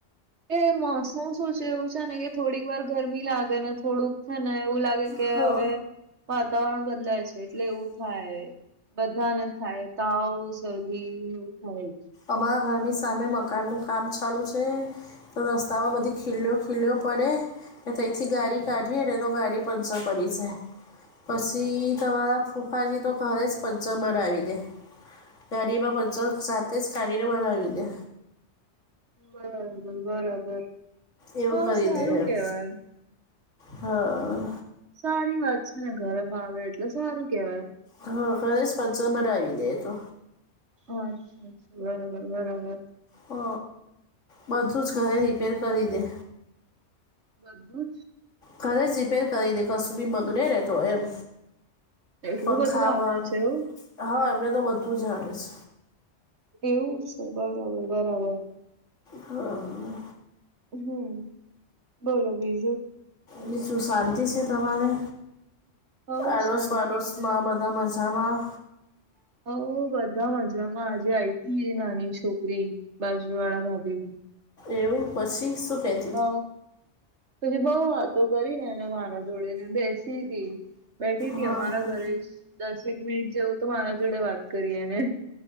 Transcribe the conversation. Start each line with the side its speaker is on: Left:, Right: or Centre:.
Right: એ મોસમ શું છે એવું છે ને કે થોડીક વાર ગરમી લાગે ને થોડુંક છે ને એવું લાગે કે
Left: હા
Right: હવે વાતાવરણ બદલાય છે એટલે એવું થાય. બધા ને થાય તાવ શરદીને એવું થાય.
Left: અમારા ઘરની સામે મકાનનું કામ ચાલુ છે. તો રસ્તામાં બધી ખી્યો ખીલ્યો પડે. તથી ગાડી કાઢી ને તો ગાડી પંચર પડી જાય. પછી તમારા ફૂંફાથી તો ઘરે જ પંચર બનાવી દાય. ગરીમાં પચ સાથે જ કાઢીને બનાવી દે.
Right: બરાબર બરાબર.
Left: એવું
Right: હા
Left: કરી
Right: સારું
Left: દે એમ,
Right: કેવાય
Left: હા.
Right: સારી વાત છે ને ઘર ભાવે એટલે સારું કેવાય.
Left: હા ખરેપસર બનાવી દે તો.
Right: અચ્છા અચ્છા બરાબર બરાબર.
Left: હ, બધું જ ઘરે રિપેર કરી દે.
Right: બધું જ.
Left: ઘરે જ રિપેર કરી દે કસુ બી બગડે રહે તો એમ.
Right: જ એટલું
Left: પંખા
Right: બધું આવડે
Left: બંધ,
Right: છે એવું.
Left: હા એમને તો બધું જાણે છે.
Right: એવું છે બરાબર બરાબર.
Left: હા.
Right: હમ, બોલો બીજું.
Left: હ શું શાંતિ છે તમારે?
Right: હઉ
Left: આડોશ
Right: શાંતિ
Left: પાડોશમાં
Right: છે.
Left: બધા મજા. હામાં?
Right: હવ બધા મજામાં આજે આઈટી નાની છોકરી બાજુ વાળા ભાભીની.
Left: એવું પછી શું કેતી?
Right: હવ પછી બઉ વાતો કરી એને મારા જોડે ને બેસી હતી ઈ. બેઠી હતી
Left: હા
Right: અમારા
Left: હા
Right: ઘરે જ દસેક મિનિટ જેવું તો મારા જોડે વાત કરી એને.